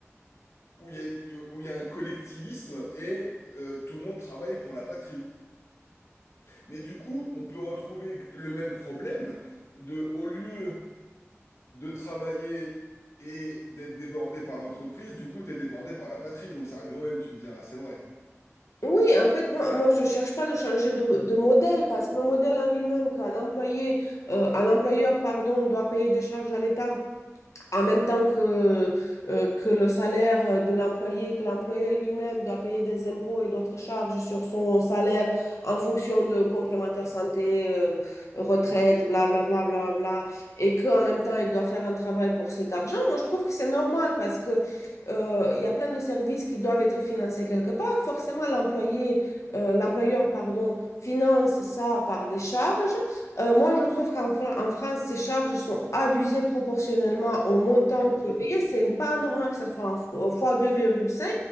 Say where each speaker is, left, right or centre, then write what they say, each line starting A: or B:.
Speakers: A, on the left; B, on the left.
A: où il y a une- où il y a un collectivisme et euh, tout le monde travaille pour la patrie. Mais du coup, on peut retrouver le même problème de au lieu de travailler et d'être débordé par l'entreprise, du coup, t'es débordé par la patrie. Donc ça revient au même, tu me diras, c'est vrai.
B: Oui, en fait, moi, moi je ne cherche pas de changer de, de modèle parce que le modèle en lui-même, qu'un employé, euh, un employeur, pardon, doit payer des charges à l'État en même temps que, euh, que le salaire euh, de l'employé, que l'employé lui-même doit payer des impôts et d'autres charges sur son salaire en fonction de complémentaire santé, euh, retraite, bla bla bla bla bla, et qu'en même temps il doit faire un travail pour cet argent, moi je trouve que c'est normal parce que euh, il y a plein de services qui doivent être financés quelque part. Forcément, l'employé, euh, l'employeur, pardon, finance ça par des charges. Euh, moi, je trouve qu'en Fran- en France, ces charges sont abusées proportionnellement au montant
A: Ah, complètement.
B: qui est payé. C'est pas normal que ça soit en fo- fois 2,5.